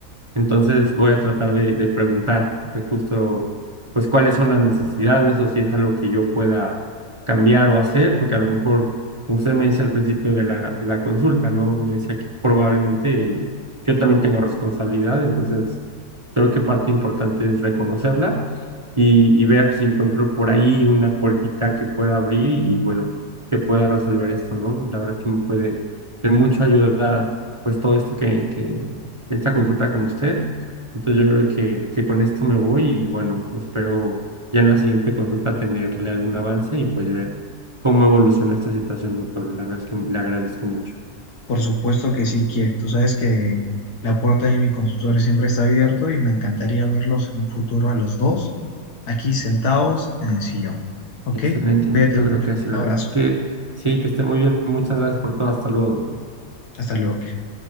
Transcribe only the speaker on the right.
Entonces voy a tratar de, de preguntar eh, justo, pues cuáles son las necesidades o si es algo que yo pueda cambiar o hacer, porque a lo mejor, como usted me dice al principio de la, de la consulta, ¿no? Me decía que probablemente yo también tengo responsabilidad, entonces creo que parte importante es reconocerla y, y ver si encuentro por ahí una puertita que pueda abrir y, bueno, que pueda resolver esto, ¿no? La verdad es que me puede de mucho ayuda, pues todo esto que, que esta consulta con usted. Entonces yo creo que, que con esto me voy y bueno, espero ya en la siguiente consulta tenerle algún avance y pues ver cómo evoluciona esta situación, doctor. La verdad es que le agradezco mucho.
Excelente,
yo
creo que así
lo
haremos. Que sí, que esté muy bien. Muchas gracias por todo. Hasta luego, doctor.